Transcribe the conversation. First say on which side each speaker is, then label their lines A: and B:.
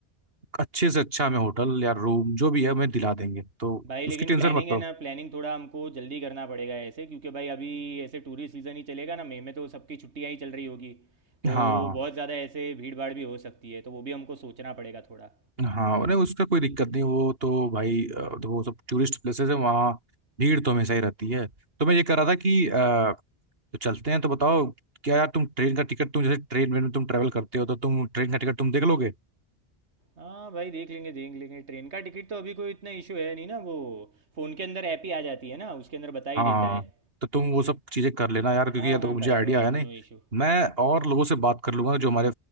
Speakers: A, on the right; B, on the right.
A: अच्छे से अच्छा हमें होटल या रूम जो भी है हमें दिला देंगे तो
B: भाई लेकिन
A: उसकी टेंशन
B: प्लानिंग
A: मत
B: है
A: करो
B: ना प्लानिंग थोड़ा हमको जल्दी करना पड़ेगा ऐसे क्योंकि भाई अभी ऐसे टूरिस्ट सीज़न ही चलेगा ना मई में तो सबकी छुट्टियां ही चल रही होगी तो
A: हाँ
B: बहुत ज़्यादा ऐसे भीड़ भाड़ भी हो सकती है तो वो भी हमको सोचना पड़ेगा थोड़ा
A: हाँ अरे उसका कोई दिक्कत नहीं वो तो भाई अ, तो वो सब टूरिस्ट प्लेसेस है वहाँ भीड़ तो हमेशा ही रहती है तो मैं ये कह रहा था कि अ, तो चलते हैं तो बताओ क्या यार तुम ट्रेन का टिकट तुम जैसे ट्रेन में तुम ट्रेवल करते हो तो तुम ट्रेन का टिकट तुम देख लोगे
B: हाँ भाई देख लेंगे देख लेंगे ट्रेन का टिकट तो अभी कोई इतना इशू है नहीं ना वो फ़ोन के अंदर ऐप ही आ जाती है ना उसके अंदर बता
A: हाँ
B: ही देता
A: हाँ हाँ।
B: है
A: तो तुम वो सब चीज़ें कर लेना यार क्योंकि
B: हाँ
A: यार देखो
B: हाँ
A: मुझे
B: भाई
A: आइडिया
B: नो इशू
A: है नहीं
B: नो इशू
A: मैं और लोगों से बात कर लूंगा जो हमारे